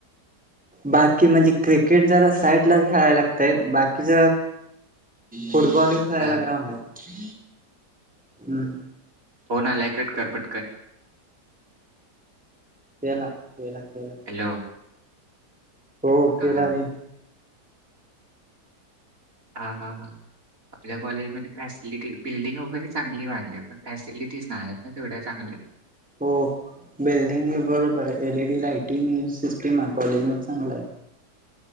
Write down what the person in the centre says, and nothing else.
बाकी म्हणजे क्रिकेट जरा साईडलाच खेळायला लागतय बाकीच फुटबॉल खेळायला
ग्राऊंड आहे हम्
केला केला केला
हो
केला रे
हो बिल्डिंग ह बरोबर आहे एलईडी लाइटिंग ही सिस्टम आहे कॉलेज म चांगला आहे